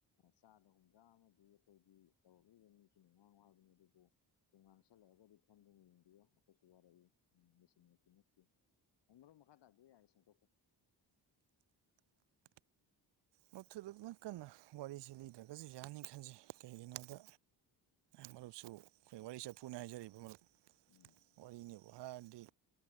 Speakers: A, on the left; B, on the right.
A: ꯆꯥꯗ ꯍꯨꯝꯗ꯭ꯔꯥ ꯑꯃꯗꯤ ꯑꯩꯈꯣꯏꯒꯤ ꯇꯧꯔꯛꯏꯅꯦ ꯅꯤꯡꯊꯤꯅꯉꯥꯡꯉꯨ ꯍꯥꯏꯕꯅꯤ ꯑꯗꯨꯒ ꯇꯨꯝ ꯉꯥꯡꯁꯜꯂꯛꯑꯒꯗꯤꯔꯤ ꯐꯝꯗꯨꯝ ꯌꯦꯡꯕꯤꯌꯣ ꯑꯩꯈꯣꯏꯁꯨ ꯋꯥꯔꯛꯏ ꯌꯦꯡꯁꯤꯟꯕꯃꯛꯇꯤ ꯅꯠꯇꯦ ꯑꯩ ꯃꯔꯣꯝ ꯃꯈꯥ ꯇꯥꯗꯣꯏ ꯌꯥꯔꯦ ꯁꯦꯡꯗꯣꯛꯀꯦ
B: ꯅꯊꯨꯗꯣꯛꯀꯟꯅ ꯋꯥꯔꯤꯁꯤ ꯂꯤꯗ꯭ꯔꯒꯁꯨ ꯌꯥꯅꯤ ꯈꯟꯖꯩ ꯀꯩꯒꯤꯅꯣꯗ ꯃꯔꯨꯞꯁꯨ ꯑꯩꯈꯣꯏ ꯋꯥꯔꯤ ꯆꯐꯨꯅꯦ ꯍꯥꯏꯖꯔꯤꯕ ꯃꯔꯨꯞ
A: ꯎꯝ
B: ꯋꯥꯔꯤꯅꯦꯕꯨ ꯍꯥꯢꯔꯗꯤ